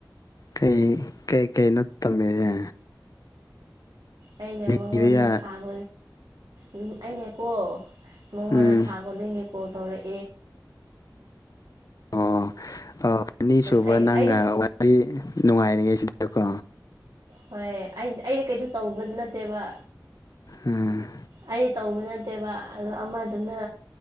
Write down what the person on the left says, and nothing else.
ꯀꯩ ꯀꯩ ꯀꯩ ꯅꯣ ꯇꯝꯃꯤꯁꯦ
ꯂꯤꯕ ꯌꯥ
ꯎꯝ
ꯑꯣ ꯑꯣ ꯑꯅꯤꯁꯨꯕ
ꯅꯪꯒ
ꯋꯥꯔꯤ ꯅꯨꯡꯉꯥꯏꯔꯤꯉꯩ ꯁꯤꯗ <inaudible> ꯀꯣ
ꯎꯝ